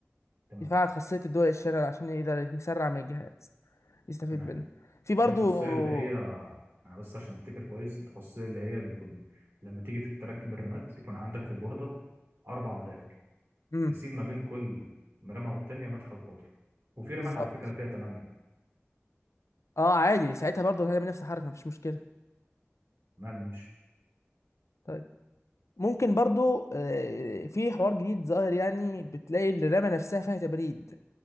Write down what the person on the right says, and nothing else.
تمام
تمام
دي الخاصية اللي هي أنا بس عشان أفتكر كويس الخاصية اللي هي بيكون لما تيجي تركب الرمات يكون عندك في البوردة أربع مداخل
تسيب ما بين كل رمة والتانية مدخل فاضي وفي
رمات على فكرة فيها تمانية
تمام ماشي